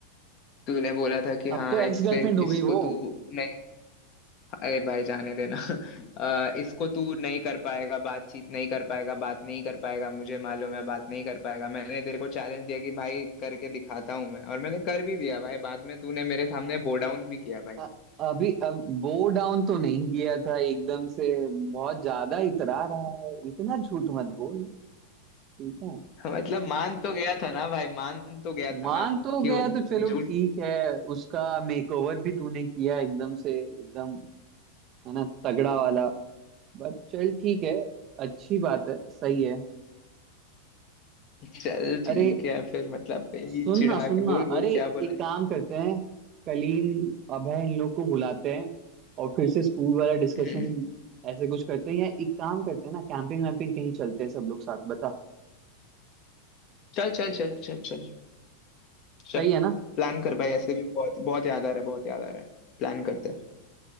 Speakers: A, on the left (about 40°); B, on the right (about 35°).
A: तूने बोला था कि हाँ
B: अब तो एक्स
A: इससे
B: गर्लफ्रेंड हो
A: इसको
B: गई वो
A: तू नहीं अरे भाई जाने देना <laughs> अ, इसको तू नहीं कर पाएगा बातचीत नहीं कर पाएगा बात नहीं कर पाएगा मुझे मालूम है बात नहीं कर पाएगा मैंने तेरे को चैलेंज दिया कि भाई करके दिखाता हूँ मैं और मैंने कर भी दिया भाई बाद में तूने मेरे सामने बो डाउन भी किया भाई
B: अ- अभी अब वो डाउन तो नहीं किया था एकदम से बहुत ज्यादा इतरा रहा है इतना झूठ मत बोल ठीक है
A: <laughs> मतलब मान तो गया था ना भाई मान तो गया था
B: मान
A: ना
B: तो
A: क्यों
B: गया तो चलो
A: झूठ
B: ठीक है उसका मेकओवर भी तूने किया एकदम से एकदम है ना तगड़ा वाला बट चल ठीक है अच्छी बात है सही है
A: चल ठीक
B: अरे
A: है फिर मतलब यही
B: सुनना
A: चिढ़ा
B: सुनना
A: के बोल बोल
B: अरे
A: क्या बोला
B: एक
A: जाए
B: काम करते हैं कलीन अभय इन लोग को बुलाते हैं और फिर से स्कूल वाला डिस्कशन
A: हम्म
B: ऐसे कुछ करते हैं या एक काम करते हैं ना कैंपिंग वैम्पिंग कहीं चलते हैं सब लोग साथ बता
A: चल चल चल चल चल चल
B: सही है ना
A: प्लान कर भाई ऐसे भी बहुत बहुत याद आ रहा है बहुत याद आ रहा है प्लान करते हैं।